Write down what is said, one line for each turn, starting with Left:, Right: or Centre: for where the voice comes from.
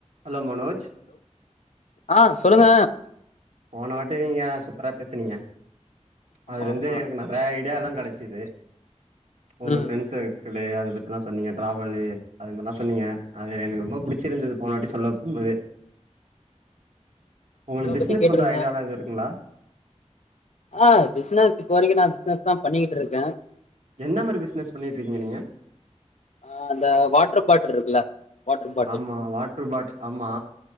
Right: Hello Manoj
Left: ஆஹ் சொல்லுங்க
Right: போன வாட்டி நீங்க சூப்பரா பேசுனீங்க
Left: ஆமா
Right: அதுல இருந்து
Left: ஆமா
Right: எனக்கு நிறைய ஐடியா எல்லாம் கிடை ச்சது <inaudible> உங்க
Left: ம்
Right: ஃப்ரெண்ட் சர்க்கிள் ஹ் அதபத்திலாம் சொன்னீங்க டிரவல் சொன்னீங்க அது எனக்கு ரொம்ப பிடிச்சிருந்தது போனாவாட்டி சொல்லும்போது உங்களுக்கு
Left: உங்கள
Right: பிசினஸ்
Left: பத்தி கேட்டிருந்தே
Right: <unintelligible> கொஞ்ச ஐடியாவாலாம் இது இருக்குங்களா <unintelligible>
Left: ஆஹ் பிசினஸ் இப்போ வரைக்கும் நான் பிசினஸ் தான் பண்ணிக்கிட்டு இருக்கேன்
Right: என்ன மாரி பிசினஸ் பண்ணிட்டு யிருந்திக நீங்க
Left: ஆஹ் அந்த வாட்டர் பாட்டில் இருக்குல்ல வாட்டர் பாட்டில்
Right: ஆமா வாட்டர் பாட்டில் ஆமா